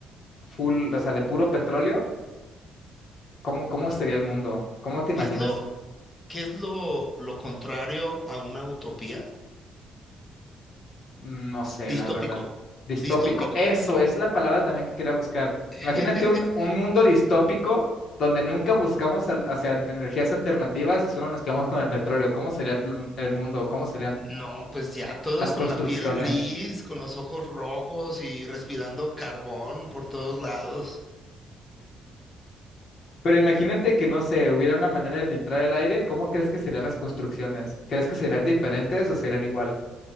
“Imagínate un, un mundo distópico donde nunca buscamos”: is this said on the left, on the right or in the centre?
Left